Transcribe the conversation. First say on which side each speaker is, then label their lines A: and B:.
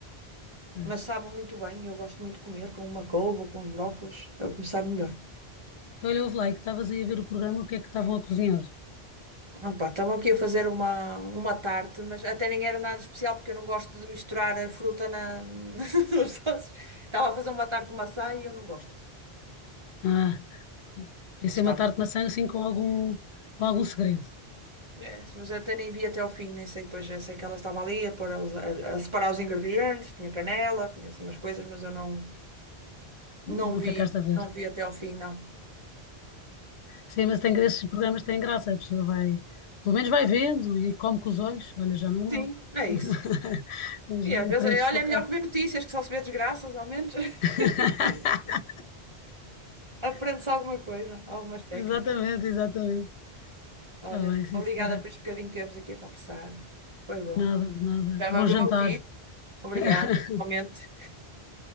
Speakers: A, on the left; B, on the right.
A: Pois.
B: Mas sabe muito bem, eu gosto muito de comer com uma couve ou com os brócolos, é o que me sabe melhor.
A: Então, olha, ouve lá, é que estavas aí a ver o programa, o que é que estavam a cozinhar?
B: Opa, estavam aqui a fazer uma, uma tarte, mas até nem era nada especial, porque eu não gosto de misturar a fruta na, <laughs> nos doces. Estava a fazer uma tarte de maçã e eu não gosto.
A: Ah. Podia
B: Mas
A: ser
B: estava
A: uma tarte de maçã assim com algum, com algum segredo.
B: É, mas eu até nem vi até ao fim, nem sei, pois eu sei que ela estava ali a, pôr, os- a, a separar os ingredientes, tinha canela, tinha assim umas coisas, mas eu não,
A: Não
B: não vi,
A: ficaste a ver.
B: não vi até ao fim, não.
A: Sim, mas tem, esses programas têm graça, a pessoa vai, pelo menos vai vendo e come com os olhos. Olha, já não é
B: Sim,
A: mau.
B: é
A: <laughs>
B: isso.
A: A gente
B: E às vezes,
A: aprende-se
B: eh, olha,
A: pouco.
B: é melhor
A: a-
B: que ver notícias, que só se vê desgraças, ao menos
A: <laughs>
B: <laughs> aprende-se alguma coisa, algumas técnicas.
A: Exatamente, exatamente.
B: Olha,
A: Está bem, sim,
B: obrigada
A: senhora.
B: por este bocadinho que tivemos aqui a conversar. Foi bom.
A: De nada, de nada.
B: Já
A: Bom
B: me abriu
A: jantar.
B: um apetite. Obrigada,
A: <laughs>
B: realmente.